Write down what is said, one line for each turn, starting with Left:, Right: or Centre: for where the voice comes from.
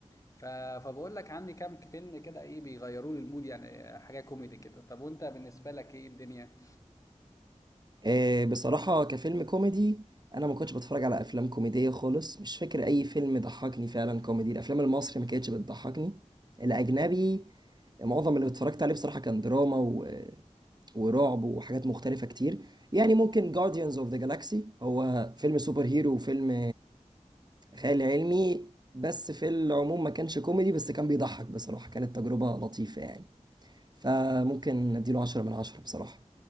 Left: ف فباقول لك عندي كام ك فيلم كده إيه بيغيّروا لي المود يعني حاجة كوميدي كده، طب وأنت بالنسبة لك إيه الدنيا؟
Right: آه، بصراحة كفيلم كوميدي أنا ما كنتش بتفرج على أفلام كوميدية خالص مش فاكر أي فيلم ضحكني فعلا كوميدي الأفلام المصري ما كانتش بتضحكني الأجنبي معظم اللي اتفرجت عليه بصراحة كان دراما و... ورعب وحاجات مختلفة كتير يعني ممكن Guardians of the Galaxy هو فيلم سوبر هيرو وفيلم خيال علمي بس في العموم ما كانش كوميدي بس كان بيضحك بصراحة كانت تجربة لطيفة يعني فممكن اديله عشرة من عشرة بصراحة